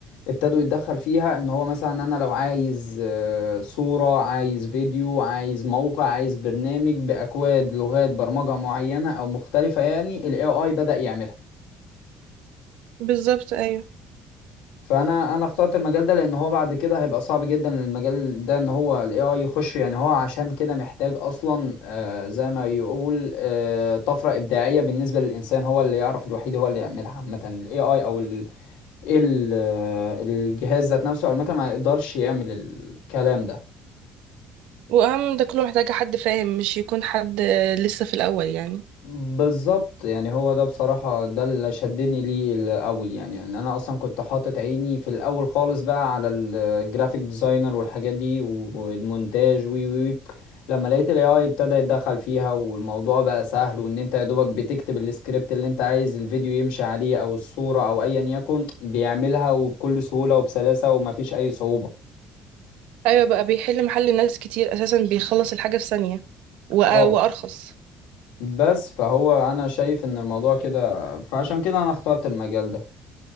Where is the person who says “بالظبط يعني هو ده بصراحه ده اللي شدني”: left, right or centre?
Left